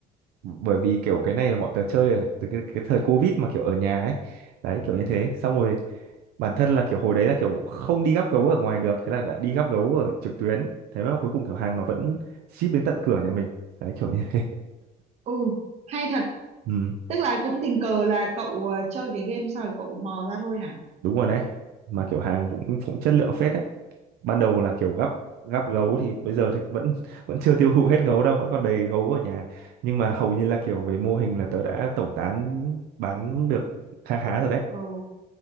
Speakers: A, on the right (about 70°); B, on the right (about 40°).
A: bởi vì kiểu cái này là bọn tớ chơi ở- từ cái, cái thời Covid mà kiểu ở nhà ấy đấy kiểu như thế xong rồi bản thân là kiểu hồi đấy là kiểu không đi gắp gấu ở ngoài được thế là lại đi gắp gấu ở trực tuyến thế mà cuối cùng kiểu hàng nó vẫn ship đến tận cửa nhà mình đấy kiểu như thế
B: ừ hay thật.
A: <laughs> ừ,
B: Tức là cũng tình cờ là cậu ờ, chơi cái game xong rồi cậu mò ra thôi hả?
A: đúng rồi đấy mà kiểu hàng cũng cũng chất lượng phết đấy ban đầu là kiểu gắp gắp gấu thì bây giờ thì vẫn vẫn chưa tiêu thụ hết gấu đâu vẫn còn đầy gấu ở nhà nhưng mà hầu như là kiểu về mô hình là tớ đã tẩu tán bán được khá khá rồi đấy
B: Ừ